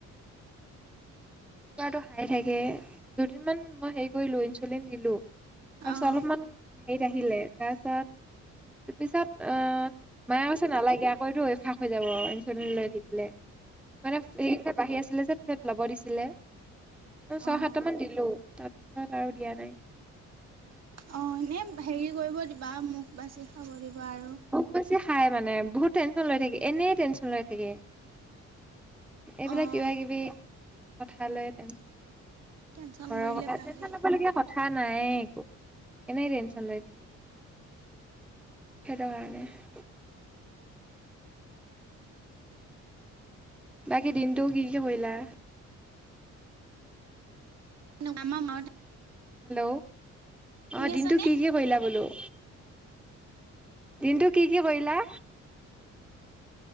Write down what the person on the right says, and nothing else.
অঁ
অঁ
অঁ এনেই হেৰি কৰিব দিবা মুখ বাচি খাব দিবা আৰু
অঁ
টেনচন
কৰিলে
বাঢ়ে
আমাৰ মাতে
শুনি
আছানে